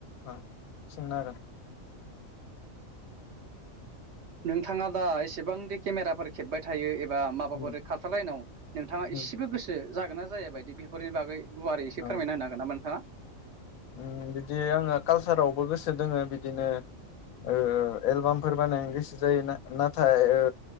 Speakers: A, on the left; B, on the right.
A: ओ सोंनो हागोन।
B: नोंथाङा दा एसेबांदि केमेराफोर खेबबाय थायो एबा माबाफोर
A: उम
B: काल्सार लाइनाव नोंथाङा
A: उम
B: एसेबो गोसो जागोन ना जाया बायदि बेफोरनि बागै गुवारै एसे
A: अ
B: फोरमायना हागोन ना नोंथाङा?
A: उम बिदि आङो कालसारावबो गोसो दोङो बिदिनो ओ एलबामफोर बानायनो गोसो जायो। ना-नाथाय ओ